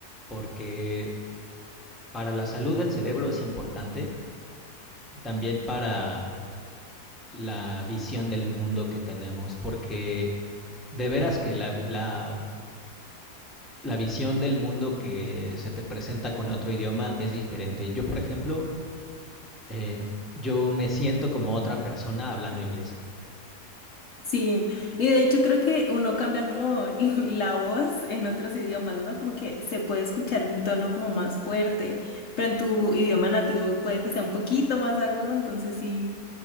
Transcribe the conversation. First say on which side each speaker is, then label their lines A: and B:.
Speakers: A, in the centre; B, on the left.
A: porque para la salud del cerebro es importante y también para la visión del mundo que tenemos, porque de veras que la, la, la visión del mundo que se te presenta con otro idioma es diferente. Yo, por ejemplo, eh, yo me siento como otra persona hablando inglés.
B: Sí, y de hecho creo que uno cambia como <laughs> la voz en otros idiomas, ¿no? Como que se puede escuchar un tono como más fuerte, pero en tu idioma nativo puede que sea un poquito más agudo, entonces sí,